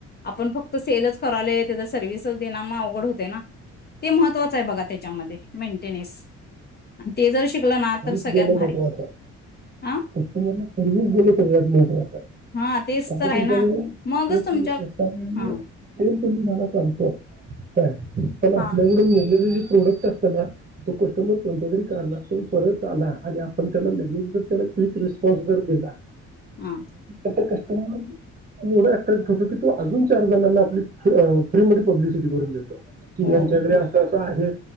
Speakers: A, on the left (about 35°); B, on the right (about 30°).
A: आपण फक्त सेलच करालोय त्याचा सर्विस देना म अवघड होतय ना. ते महत्त्वाचं आहे बघा त्याच्यामध्ये मेंटेनेस आणि ते जर शिकलं ना सगळ्यात
B: देण
A: भारी
B: महत्वाचं हाय.
A: हा
B: कस्टमरला सर्विस देण सगळ्यात महत्वाचं हाय.
A: हा तेच
B: काय हाय
A: तर आहे
B: तुमच्याकडून
A: ना. मगच
B: एक
A: तुमच्या
B: ही एकाचवेळी
A: हा
B: पंप निघाला चालतो काय?
A: हा
B: लंगडून हिजे तिजे प्रोडक्ट असता ना, तो कस्टमर कोणत्या तरी कारणस्तव परत आला आणि आपण त्याला लगेच, जर त्याला क्विक रिस्पॉन्स जर दिला
A: हा
B: तर ते कस्ट मर एवढा अट्रॅक्ट होतो की, तो अजून चार जणांना आपली फ्री मध्ये पब्लिसिटी करून देतो. की
A: हो.
B: यांच्याकडे आहे